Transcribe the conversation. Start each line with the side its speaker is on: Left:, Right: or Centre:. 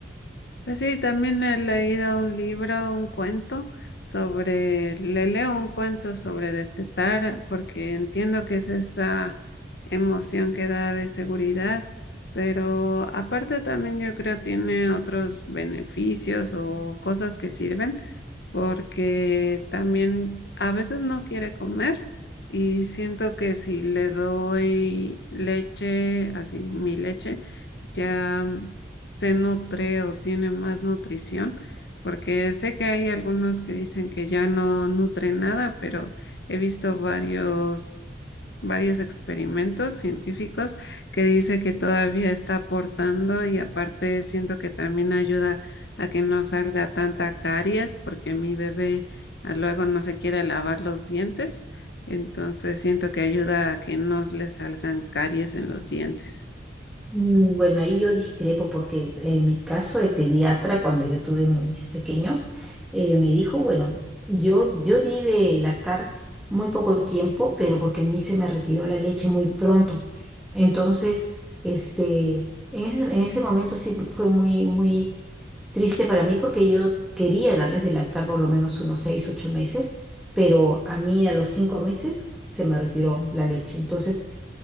Left: Pues sí, también he leído un libro, un cuento sobre, le leo un cuento sobre destetar, porque entiendo que es esa emoción que da de seguridad, pero aparte también yo creo tiene otros beneficios o cosas que sirven porque también a veces no quiere comer y siento que si le doy leche, así mi leche, ya mm, se nutre o tiene más nutrición, porque sé que hay algunos que dicen que ya no nutre nada, pero he visto varios... varios experimentos científicos que dice que todavía está aportando y aparte siento que también ayuda a que no salga tanta caries, porque mi bebé ah, luego no se quiere lavar los dientes. Entonces siento que ayuda a que no le salgan caries en los dientes.
Centre: Mm, Bueno, ahí yo discrepo porque en mi caso el pediatra, cuando yo tuve mis pequeños, eh, me dijo, bueno, yo, yo di de lactar muy poco tiempo, pero porque a mí se me retiró la leche muy pronto. Entonces, este, en ese, en ese momento sí fue muy, muy triste para mí porque yo quería darles de lactar por lo menos unos seis, ocho meses, pero a mí a los cinco meses se me retiró la leche. Entonces,